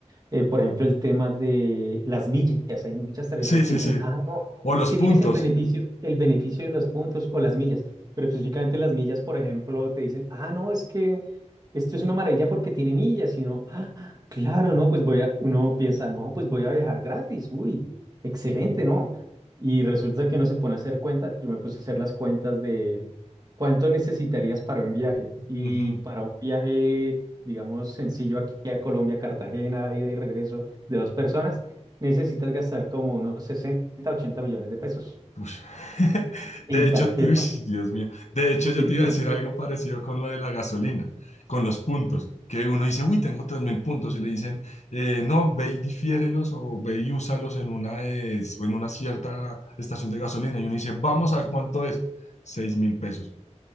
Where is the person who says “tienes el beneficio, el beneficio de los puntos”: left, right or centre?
Right